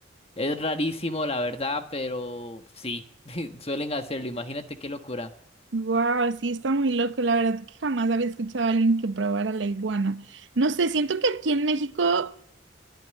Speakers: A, on the left; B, on the right.
A: es rarísimo, la verdad, pero sí, <laughs> suelen hacerlo. Imagínate qué locura.
B: Wow, sí, está muy loco. La verdad que jamás había escuchado a alguien que probara la iguana. No sé, siento que aquí en México